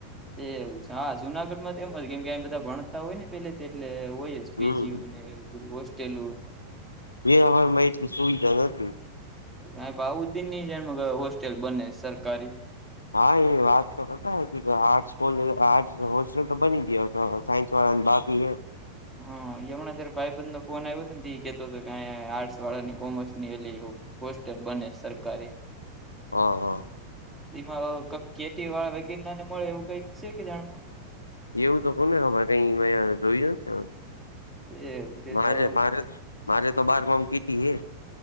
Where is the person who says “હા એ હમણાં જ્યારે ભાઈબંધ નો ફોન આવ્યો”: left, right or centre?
Centre